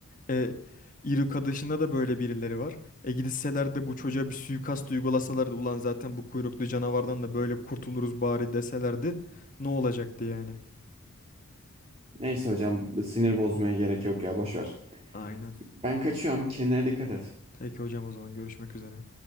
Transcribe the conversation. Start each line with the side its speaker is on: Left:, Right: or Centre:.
Left: E, Iruka dışında da böyle birileri var. E gitseler de bu çocuğa bir suikast uygulasalardı ulan zaten bu kuyruklu canavardan da böyle kurtuluruz bari deselerdi ne olacaktı yani?
Right: Neyse hocam sinir bozmaya gerek yok ya boş ver.
Left: Aynen.
Right: Ben kaçıyorum. Kendine dikkat et.
Left: Peki hocam o zaman görüşmek üzere.